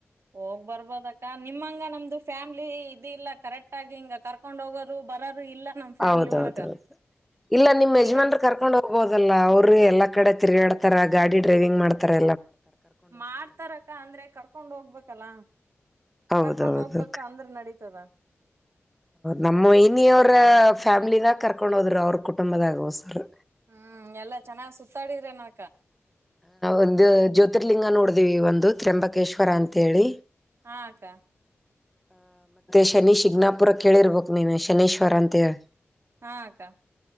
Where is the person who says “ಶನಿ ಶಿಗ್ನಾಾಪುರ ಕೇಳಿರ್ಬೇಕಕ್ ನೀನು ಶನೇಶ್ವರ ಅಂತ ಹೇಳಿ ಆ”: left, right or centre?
Centre